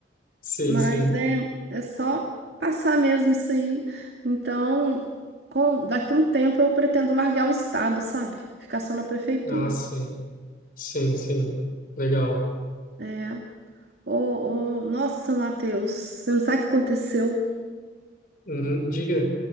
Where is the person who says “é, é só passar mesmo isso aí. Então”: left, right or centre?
Right